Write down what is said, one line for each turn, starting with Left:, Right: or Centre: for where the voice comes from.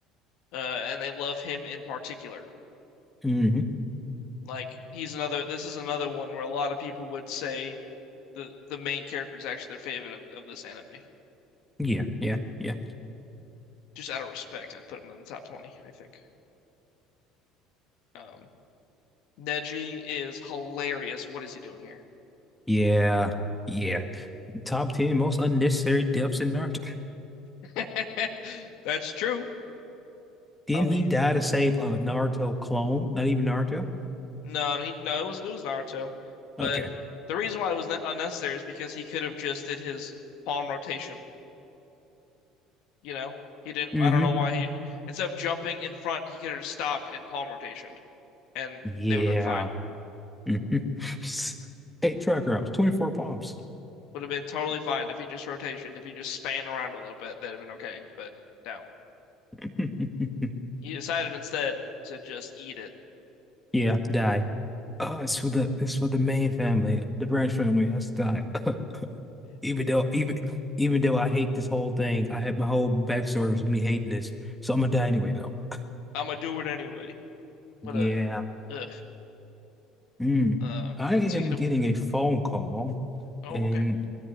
Left: Uh, and they love him in particular.
Centre: hmm
Left: Like he's another, this is another one where a lot of people would say the the main character is actually their favorite of, of this anime.
Centre: Yeah, yeah, yeah,
Left: Just out of respect, I'd put him in the top 20, I think. Um, Neji is hilarious. What is he doing here?
Centre: yeah, yeah. Top 10 most unnecessary deaths in Naruto.
Left: <laughs> That's true.
Centre: Didn't
Left: I mean,
Centre: he die to save a Naruto clone? Not even Naruto?
Left: no, he no, it was it was Naruto, but
Centre: Okay.
Left: the reason why it was unnecessary is because he could have just did his palm rotation, you know? He didn't
Centre: hmm
Left: I don't know why he instead of jumping in front, he could have just stopped and palm rotationed and
Centre: Yeah.
Left: they would have been fine.
Centre: Mhm. <laughs> Eight trigrams, 24 palms.
Left: Would have been totally fine if he just rotationed, if he just span around a little bit, that'd have been okay. But no,
Centre: <laughs>
Left: he decided instead to just eat it.
Centre: Yeah, die. Oh, it's for the it's for the main family. The branch family has to die. <laughs> even though even even though I hate this whole thing, I had my whole backstory was me hating this, so I'm gonna die anyway though. <laughs>
Left: <laughs> I'm gonna do it anyway. What
Centre: Yeah.
Left: a ugh.
Centre: Mm.
Left: Uh,
Centre: I am
Left: speaking
Centre: getting
Left: of,
Centre: a phone call,
Left: oh,
Centre: and
Left: okay,